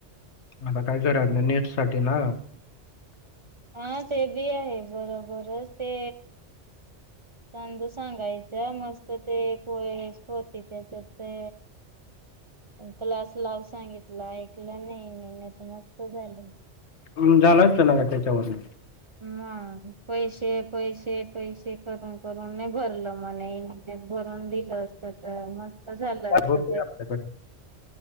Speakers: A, on the left (about 75°); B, on the right (about 40°).
A: आता काय घरातनं, नेट साठी ना.
B: हा ते बी आहे बरोबरच. ते सांधू सांगायचं, मस्त ते <unintelligible> होती त्याच्या ते क्लास लाव सांगितलं, ऐकलं नाही हेनी, नाही तर मस्त झालं असतं.
A: हम्, झालं असतं ना, त्याच्यावरन.
B: मग पैसे, पैसे, पैसे करून- करून नाही भरलं, म <unintelligible> भरून दिलं असतं. त मस्त झालं असतं,
A: होते
B: त्याच.
A: आपल्याकडे